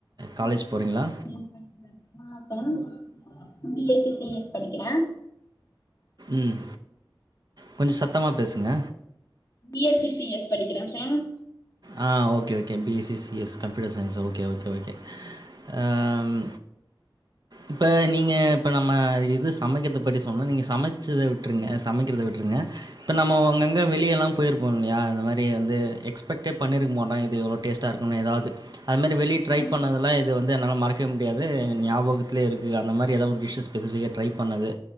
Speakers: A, on the right (about 55°); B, on the left (about 40°).
A: காலேஜ்
B: நா பி
A: போறீங்ளா
B: S <inaudible> B S C D S படிக்கிற
A: ம் கொஞ்ச சத்தமா பேசுங்க
B: B S C C S படிக்கிற ஃப்ரெண்ட்
A: ஆ okay okay B S C C S computer science okay okay okay அ ம் இப்ப நீங்க இப்ப நம்ம இது சமைக்கிறத பத்தி சொன்னோ நீங்க சமைச்சத விட்ருங்க சமைக்கிறத விட்ருங்க இப்ப நம்மோ அங்கங்க வெளிய எல்லா போயிருப்போ இல்லையா இந்த மாரி வந்து எக்ஸ் பெட்டே பண்ணிருக்க மாட்டோ இது இவ்ளோ டேஸ்டா இருக்குன் ஏதாவது அது மாரி வெளிய ட்ரை
B: ஆமா
A: பண்ணதுலா இது வந்து என்னால மறக்கே முடியாது ஞாபகத்துத்திலே இருக்கு அந்த மாரி ஏதாவது ஒரு டிஷ்ஸஸ் ஸ்பெசிஃபிக்கா ட்ரை பண்ணது